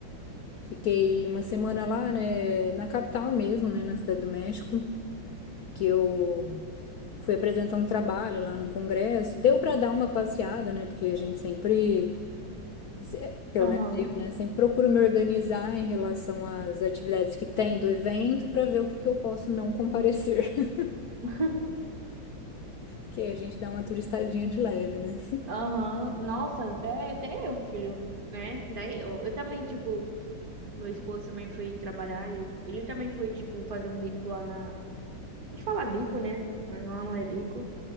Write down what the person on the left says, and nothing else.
fiquei uma semana lá, né, na capital mesmo, né, na Cidade do México, que eu fui apresentar um trabalho lá num congresso. Deu para dar uma passeada, né, porque a gente sempre se- pelo
menos eu, né? Sempre procuro me organizar em relação às atividades que tem do evento para ver o que que eu posso não comparecer. <laughs>
Que aí a gente dá uma turistadinha de leve, né?